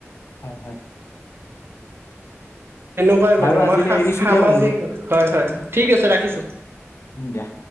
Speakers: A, on the left; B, on the right.
A: হয়, হয়।
B: এনেকুৱাই
A: বাৰু
B: মান, মই
A: আজিলৈ এৰিছো
B: সামাজিক
A: দিয়া বন্ধু
B: হয়, হয় ঠিক আছে ৰাখিছোঁ।
A: দিয়া।